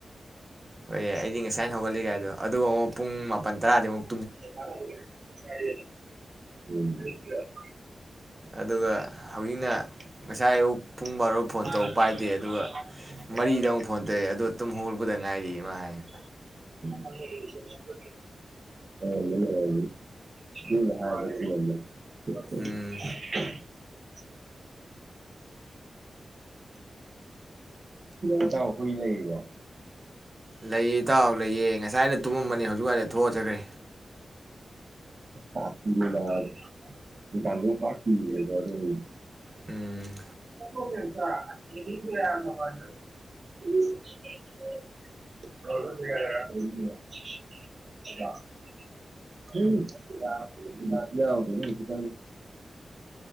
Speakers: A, on the right; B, on the right.
A: ꯍꯣꯏ ꯑꯩꯗꯤ ꯉꯁꯥꯏꯅ ꯍꯧꯒꯠꯂꯤꯒꯥꯏꯗꯣ ꯑꯗꯨꯒ ꯑꯃꯨꯛ ꯄꯨꯡ ꯃꯥꯄꯟ ꯇꯔꯥꯗꯩ ꯃꯨꯛ
B: <unintelligible>
A: ꯑꯗꯨꯒ ꯍꯧꯖꯤꯛꯅ ꯉꯁꯥꯏ ꯑꯨꯛ ꯄꯨꯡ ꯕꯥꯔꯣ ꯐꯣꯟ
B: ꯑꯣꯏꯔꯝꯒꯅꯤ
A: ꯇꯧ ꯄꯥꯏꯗꯦ ꯑꯗꯨꯒ
B: ꯑꯣꯏꯔꯝꯒꯅꯤ
A: ꯃꯔꯤꯗ ꯑꯃꯨꯛ ꯐꯣꯟ ꯇꯧꯔꯛꯑꯦ ꯑꯗꯣ ꯇꯨꯝ ꯍꯧꯔꯛꯄꯗ ꯉꯥꯏꯔꯤꯌꯦ ꯃꯥ ꯍꯥꯏꯅꯦ
B: ꯑꯣꯏꯔꯝꯃꯅꯤ ꯑꯣꯏꯔꯝꯃꯅꯤ ꯃꯤꯅ ꯍꯥꯏꯕ ꯆꯨꯝꯃꯝꯃꯅꯤ
A: ꯎꯝ
B: <inaudible> ꯏꯇꯥꯎ ꯍꯨꯏ ꯂꯩꯔꯤꯕꯣ
A: ꯂꯩꯌꯦ ꯏꯇꯥꯎ ꯂꯩꯌꯦ ꯉꯁ ꯉꯁꯥꯏꯗ ꯇꯨꯝꯃꯝꯕꯅꯤ ꯍꯧꯖꯤꯛ ꯋꯥꯏꯗ ꯊꯣꯛꯑ ꯆꯠꯈ꯭ꯔꯦ
B: ꯄꯥꯞꯄꯤꯅꯤ ꯅꯥꯕ ꯃꯣꯏꯀꯥꯡꯕꯨ ꯄꯥꯛ <unintelligible> ꯑꯗꯨꯅꯅꯤ
A: ꯎꯝ
B: <unintelligible> <unintelligible> ꯈꯤꯇꯅꯤ <unintelligible>